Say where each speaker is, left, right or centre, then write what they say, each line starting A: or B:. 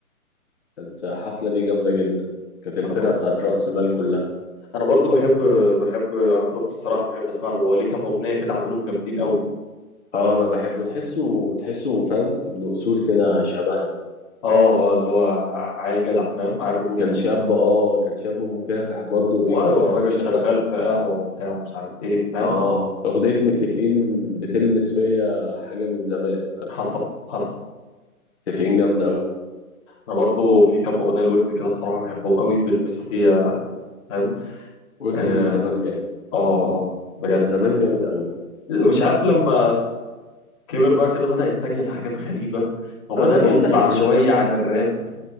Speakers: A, on the left; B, on the left.
A: كانت الحفله دي جامده جدا كانت الفرقه
B: انا ب...
A: بتاعت رأس مال كلها
B: انا برضو بحب بحب عفروتو الصراحه بحب اسمع له هو ليه كام اغنيه كده عاملهم جامدين قوي
A: اه انا بحبه تحسه تحسه فاهم ابن اصول كده شبهنا
B: اه اه اللي هو ع- عيل جدع فاهم عيل رجوله
A: كان شاب اه كان شاب مكافح برضه وبيكتب
B: وايوه
A: كلام
B: الراجل
A: شبهنا
B: شغال
A: وبتاع
B: في قهوه وبتاع ومش عارف ايه فاهم
A: اه اغنية متفقين بتلمس فيا حاجة من زمان فاهم
B: حصل حصل
A: متفقين جامدة أوي
B: انا برضو في كام اغنيه لويجز كده بصراحه بحبهم قوي بيلمسوا فيا فاهم
A: ويجز
B: اه
A: من زمان جامد
B: اه آه، بجد
A: كان زمان جامد أوي
B: مش عارف لما كبر بقى كده بدأ يتجه لحاجات غريبه وبدأ
A: انا بقول
B: يطلع
A: لك اعلانات
B: شويه عن الراب